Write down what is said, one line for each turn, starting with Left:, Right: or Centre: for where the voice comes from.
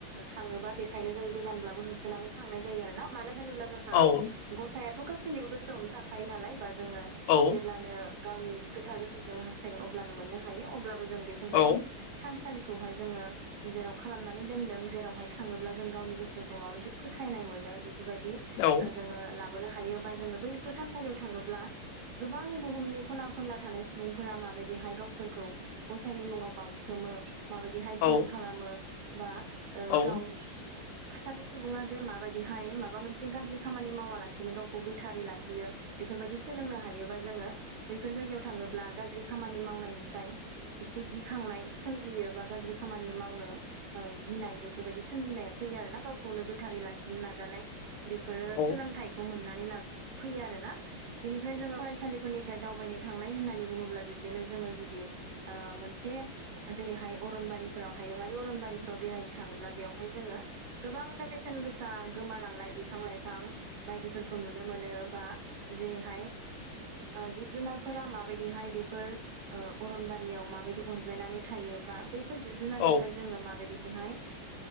Right: थाङोबा बेखायनो जों गोजानब्लाबो होसोनानै थांनाय जायो आर ना मानो होनोब्ला जों जोंहा
Left: औ
Right: गसायाथ' गासैनिबो गोसोआवनो थाखायो नालाय बा जोङो
Left: औ
Right: जेब्लानो गावनि गोथार गोसोजों हास्थायगोन अब्लानो मोननो हायो अब्लाबो जों बेफोरबायदि
Left: औ
Right: थानसालिखौहाय जोङो जेराव खालामनानै दोनदों जेरावहाय थाङोब्ला जों गावनि गोसोखौ माबा मोनसे फोथायनाय मोनो बेफोरबायदि जोङो
Left: औ
Right: लाबोनो हायो बा जोङो बैफोर थानसालियाव थाङोब्ला गोबां बुहुमनि खना खनला थानाय सुबुंफोरा माबायदिहाय गावसोरखौ गसायनि मुङाव बाउसोमो माबायदिहाय
Left: औ
Right: ध्यान खालामो बा
Left: औ
Right: गाव खासासे सुबुङा जे माबायदिहाय माबा मोनसे गाज्रि खामानि मावाला सिनो गावखौ गोथारै लाखियो बेफोरबायदि सोलोंनो हायोबा जोङो बैफोर जायगायाव थाङोब्ला गाज्रि खामानि मावनायनिफ्राय एसे गिखांनाय सोमजियो बा गाज्रि खामानि मावनो गिनाय बेफोरबायदि सोमजिनाया फैयो आरोना गावखौनो गोथारै लाखिनो नाजानाय बेफोरो
Left: औ
Right: सोलोंथाइखौ मोननानै ला फैयो आरोना बिनिफ्राय जोङो फरायसालिफोरनिफ्राय दावबायनो थांनाय होननानै बुङोब्ला बिब्दिनो जोङो जुदि ओ मोनसे जेरैहाय अरनबारिफोराव हायङारि अरनबारिफोराव बेरायनो थाङोब्ला बेवहाय जोङो गोबांनो बेसेन गोसा गोमालांनाय बिफां लाइफां बायदिफोरखौ नुनो मोनो बा जेरैहाय जिब जुनारफोरा माबायदिहाय बेफोर अरनबारियाव माबायदि अनज्लायनानै थायो बा बैफोर जिब जुनारनिफ्राय
Left: औ
Right: जोङो माबायदि बेहाय